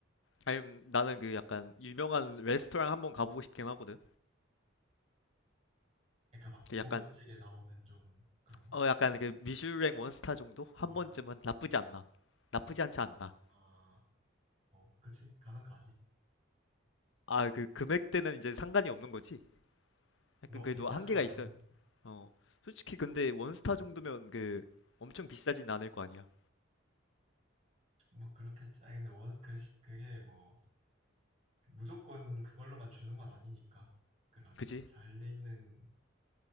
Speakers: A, on the left; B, on the right.
A: 아니 음, 나는 그 약간 유명한 레스토랑 한번 가보고 싶긴 하거든.
B: 그러니까 막
A: 그
B: 고급지게
A: 약간
B: 나오는 좀 그런 거?
A: 어 약간 그 미슐랭 원스타 정도
B: 아,
A: 한 번쯤은 나쁘지 않나. 나쁘지 않지 않나.
B: 아, 뭐, 그치. 가면 가지.
A: 아 그 금액대는 이제 상관이 없는 거지.
B: 너무
A: 약간 그래도
B: 비싸지만
A: 한계가
B: 않은,
A: 있어. 어 솔직히 근데 원스타 정도면 그 엄청 비싸진 않을 거 아니야.
B: 뭐, 그렇겠지. 아니, 근데 원, 그, 그게 뭐, 무조건 그걸로만 주는 건 아니니까. 그런
A: 그지?
B: 잘 돼 있는